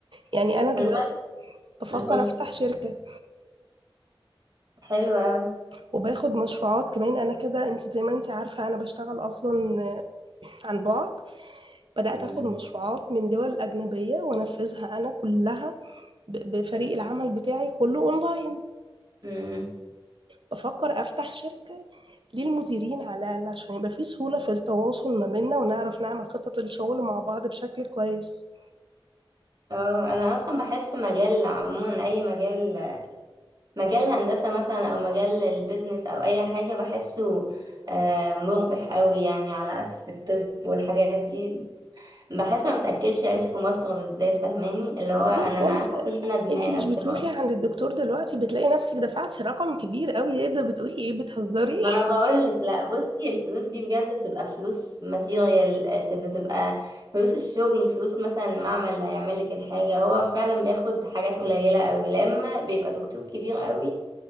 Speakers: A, on the right; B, on the right.
A: يعني انا دلوقتي
B: انا
A: بفكر
B: ماشي
A: افتح شركه
B: حلوة أوي
A: وباخد مشروعات كمان انا كده انت زي ما انت عارفه انا بشتغل اصلا آه، عن بعد بدات
B: مم.
A: اخد مشروعات من دول اجنبيه وانفذها انا كلها ب- بفريق العمل بتاعي كله اونلاين
B: مم.
A: بفكر افتح شركة ليه المديرين على الأقل عشان يبقى في سهولة في التواصل ما بيننا ونعرف نعمل خطط الشغل مع بعض بشكل كويس
B: اه انا اصلا بحس مجال عموما اي مجال مجال هندسة مثلا او مجال البيزنس او اي حاجة بحسه آه، مربح قوي يعني على عكس الطب والحاجات دي بحس ما بتاكلش عيش في مصر بالذات فاهماني اللي هو انا
A: ليه خالص
B: انا حاسه ان انا ندمانه
A: انت مش
B: بصراحه
A: بتروحي عند الدكتور دلوقتي بتلاقي نفسك دفعتي رقم كبير قوي ايه ده بتقولي ايه بتهزري <laughs>
B: ما انا بقول لك لا بصي الفلوس دي بجد بتبقى فلوس ماتيريال بتبقى فلوس الشغل فلوس مثلا المعمل اللي هيعمل لك الحاجه هو فعلا بياخد حاجات قليله قوي لما بيبقى دكتور كبير قوي